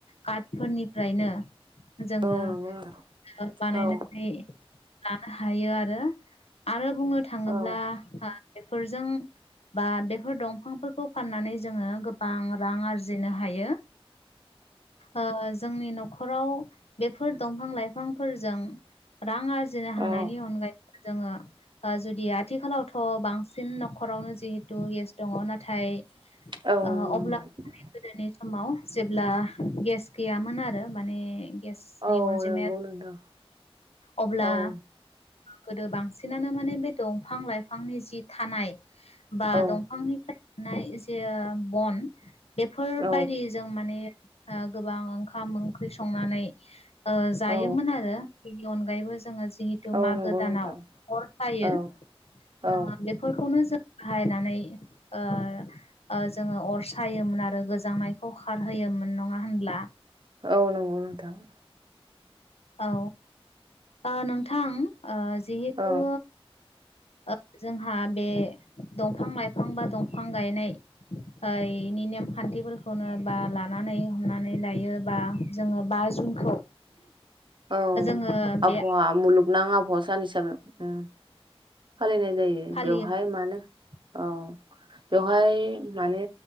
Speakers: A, on the left; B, on the right.
A: कार्ट फोरनिफ्रायनो जोङो
B: औ नंगौ नोंथां
A: ओ बानायनानै
B: औ
A: लानो हायो आरो आरो बुंनो थाङोब्ला
B: औ
A: हा बेफोरजों बा बेफोर दंफांफोरखौ फाननानै जोङो गोबां रां आरजिनो हायो ओ जोंनि न'खराव बेफोर दंफां लाइफां फोरजों रां आर जिनो हानायनि
B: औ
A: अनगायै जोङो ओ जुदि आथिखालावथ' बांसिन न'खरावनो जिहेतु गेस दङ' नाथाय
B: ओ नंगौ
A: अब्ला
B: नोंथां ।
A: गोदोनि समाव जेब्ला गेस गैयामोन आरो माने गेसनि
B: औ
A: अनजिमाया
B: नंगौ नोंथां
A: अब्ला
B: औ
A: गोदो बांसिनानो माने बे दंफां लाइफांनि जि थानाय बा
B: औ
A: दंफांनिफ्राय नाय जे बन बेफोरबायदि
B: औ
A: जों माने ओ गोबां ओंखाम ओंख्रि संनानै ओ जायोमोन
B: औ
A: आरो । बेनि अनगायैबो जोङो जिहेथु
B: औ
A: मागो
B: नंगौ
A: दानाव
B: नोंथां
A: अर खायो
B: औ
A: ओ
B: औ
A: बेफोरखौनो जों बाहायनानै ओ ओ जोङो अर सायोमोन आरो गोजांनायखौ खारहोयोमोन नङा होनब्ला?
B: औ नंगौ नोंथां ।
A: औ ओ नोंथां ओ जिहेतु
B: औ
A: ओ जोंहा बे दंफां लाइफां बा दंफां गायनाय ओ इनि नेमखान्थिफोरखौनो बा लानानै हमनानै लायो बा जोङो बा जुनखौ
B: औ
A: जोङो बे
B: आबहावा मुलुगनां आबहावा सान हिसाबै ओं । फालिनाय जायो
A: फालियो
B: बेवहाय मानो औ बेवहाय माने